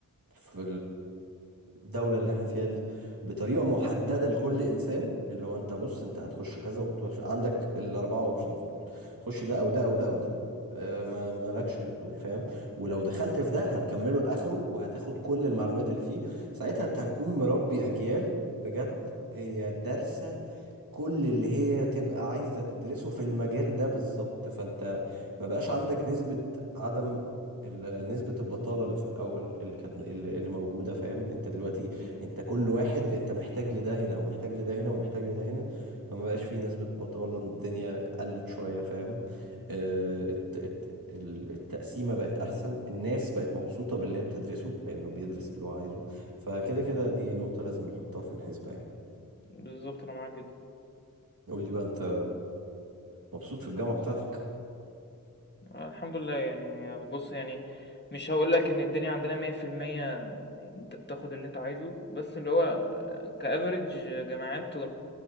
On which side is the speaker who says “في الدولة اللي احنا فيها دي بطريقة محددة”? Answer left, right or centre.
Right